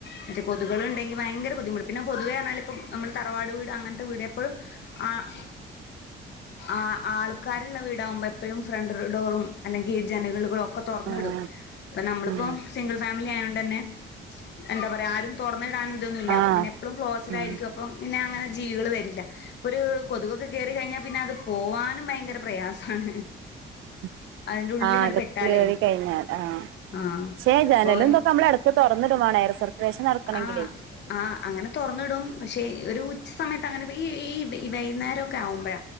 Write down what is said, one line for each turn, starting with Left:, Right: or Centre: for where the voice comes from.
Left: മറ്റേ കൊതുകളുണ്ടെങ്കിൽ ഭയങ്കര ബുദ്ധിമുട്ട് പിന്നെ പൊതുവേ എന്നാൽ ഇപ്പം നമ്മള് തറവാട് വീട് അങ്ങൻത്തെ വീട് എപ്പോഴും ആഹ് ആഹ് ആൾക്കാരള്ള വീടകുമ്പോ എപ്പോ എപ്പഴും ഫ്രണ്ട്ഡോറും അല്ലെങ്കി ജനകള്കളൊക്കെ തൊറന്നിടും
Right: ആ
Left: അപ്പൊ നമ്മളിപ്പോ
Right: ഉം
Left: സിംഗിൾ ഫാമിലിയായോണ്ടന്നെ എന്താ പറയാ ആരും തെർന്നിടാനു ഇതൊന്നുല്ല
Right: ആ
Left: അപ്പ പിന്നെ എപ്പളും ക്ലോസ്ഡ് ആരിക്കുപ്പം
Right: ഉം
Left: പിന്നെ അങ്ങനെ ജീവികള് വരില്ല ഇപ്പൊ ഒരു കൊതുകൊക്കെ കേറി കയിഞ്ഞാപിന്നെ അത് പോവാനും ഭയങ്കര പ്രയാസാണ്
Right: <inaudible>
Left: അതിന്റെ ഉള്ളിൽ
Right: ആഹ്
Left: ഇങ്ങോട്ട്
Right: അകത്ത്
Left: പെട്ടാലേ
Right: കേറികയിഞ്ഞാൽ ആഹ്
Left: ആഹ്
Right: ശേ ജനലതൊക്കെ
Left: ഇപ്പൊ
Right: നമ്മളടു തുറന്നിടു വേണം എയർ സർക്കുലേഷൻ നടക്കണെങ്കിൽ
Left: ആഹ് ആഹ് അങ്ങനെ തെറന്നിടും പശെ ഒരു ഉച്ച സമയത്ത് അങ്ങനെ ഈ ഈ ഈ വൈ വൈന്നേരക്കെ ആഉമ്പോഴ